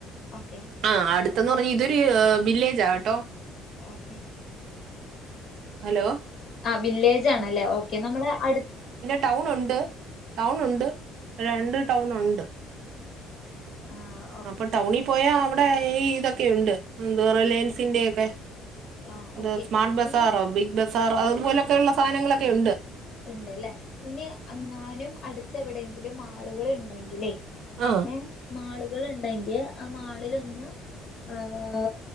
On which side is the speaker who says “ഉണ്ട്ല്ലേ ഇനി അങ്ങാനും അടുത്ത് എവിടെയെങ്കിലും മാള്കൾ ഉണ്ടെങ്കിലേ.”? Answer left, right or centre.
Left